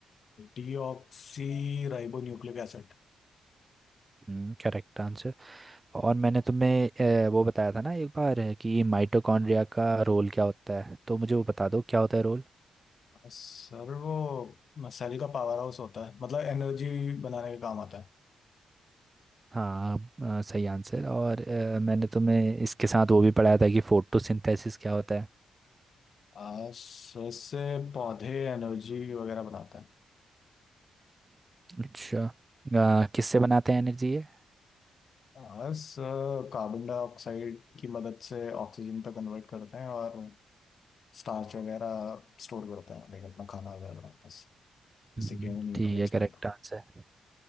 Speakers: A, on the left; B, on the right.
A: deoxyribonucleic acid
B: हम्म करेक्ट आंसर और मैंने तुम्हें अ, वो बताया था ना एक बार अ, कि माइटोकॉन्ड्रिया का रोल क्या होता है तो मुझे वो बता दो क्या होता है रोल
A: Sir वो सेल का पावर हाउस होता है मतलब एनर्जी बनाने के काम आता है
B: हाँ अ, सही आंसर और अ, मैंने तुम्हें इसके साथ वो भी पढ़ाया था कि फोटोसिंथेसिस क्या होता है
A: अ, सर इससे पौधे एनर्जी वगैरह बनाते हैं
B: अच्छा अ, किससे बनाते हैं एनर्जी ये
A: अ, सर कार्बन डाइऑक्साइड की मदद से ऑक्सीजन पे कन्वर्ट करते हैं और स्टार्च वगैरह स्टोर करते हैं लेकिन अपना खाना वगैरह बनाते हैं जिससे
B: हम्म,
A: कि न्यूट्रिएंट्स
B: ठीक है करेक्ट
A: मिलता है
B: आंसर